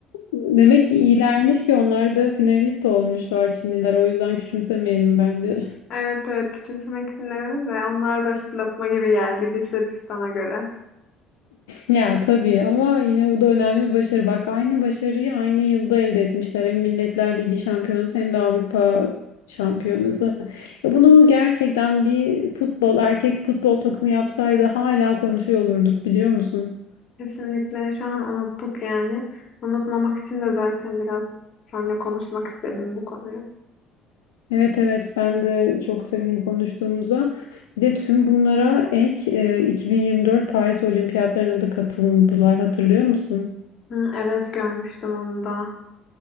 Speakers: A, on the left; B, on the left.
A: Demek ki iyilermiş ki onlar da finalist olmuşlar Çinliler. O yüzden küçümsemeyelim bence. <laughs>
B: Evet evet küçümsemek dinlemedim de onlar basit lokma gibi geldi bir Sırbistan'a göre.
A: Ya tabii ama yine bu da önemli bir başarı. Bak aynı başarıyı aynı yılda elde etmişler. Hem Milletler Ligi şampiyonası hem de Avrupa şampiyonası. Ya bunu gerçekten bir futbol, erkek futbol takımı yapsaydı hala konuşuyor olurduk biliyor musun?
B: Kesinlikle şu an unuttuk yani. Unutmamak için de zaten biraz seninle konuşmak istedim bu konuyu.
A: Evet evet ben de çok sevindim konuştuğumuza. Bir de tüm bunlara ek e, 2024 Paris Olimpiyatlarına da katıldılar hatırlıyor musun?
B: Hı, evet görmüştüm onu da.